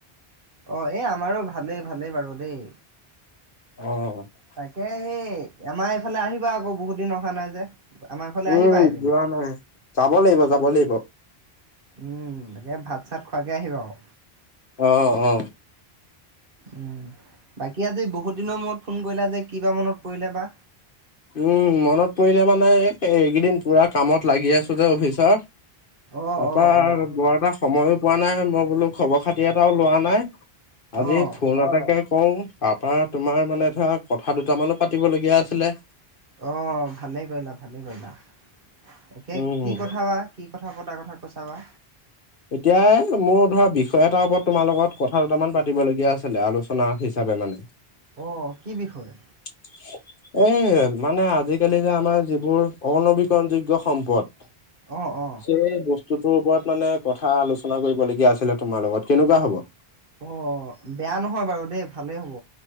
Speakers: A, on the right; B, on the left.
A: অ' এই আমাৰো ভালে ভালেই বাৰু দেই।
B: অ', অ', অ'।
A: তাকে সেই, আমাৰ এইফালে আহিবা আকৌ বহুত দিন অহা নাই যে। আমাৰ ঘৰলে আহিবা
B: উম
A: এদিন।
B: যোৱা নাই যাব লাগিব, যাব লাগিব।
A: উম, একে ভাত-চাত খোৱাকে আহিবা আৰু।
B: অ অ।
A: উম বাকী আজি বহুত দিনৰ মূৰত ফোন কৰিলা যে কিবা মনত পৰিলে বা।
B: উম মনত পৰিলে মানে এইকেইদিন পুৰা কামত লাগি আছো যে, অফিচৰ।
A: অ'।
B: বাৰু
A: অ', অ',
B: বৰ এটা সময়ো পোৱা নাই মই বোলো, খবৰ-খাতি এটাও লোৱা নাই। আজি
A: অ'।
B: ফোন এটাকে কৰোঁ, তাৰপৰা তোমাৰ মানে ধৰা কথা
A: অ',
B: দুটামানো পাতিবলগীয়া আছিলে।
A: অ' ভালেই কৰিলা, ভালেই কৰিলা। তাকে
B: উম,
A: কি কথা বা কি কথা পতা কথা কৈছা বা।
B: এতিয়াই মোৰ ধৰা বিষয় এটাৰ ওপৰত তোমাৰ লগত কথা দুটামান পাতিব লগীয়া আছিলে, আলোচনা হিচাপে মানে। <inaudible>
A: অ' কি বিষয়?
B: উচ। এ মানে আজিকালি যে আমাৰ যিবোৰ অনবীকৰণযোগ্য সম্পদ
A: অ', অ'।
B: স' এই বস্তুটোৰ ওপৰত মানে কথা আলোচনা কৰিবলগীয়া আছিলে তোমাৰ লগত, কেনেকুৱা হ'ব।
A: অ' বেয়া নহয় বাৰু দেই ভালেই হ'ব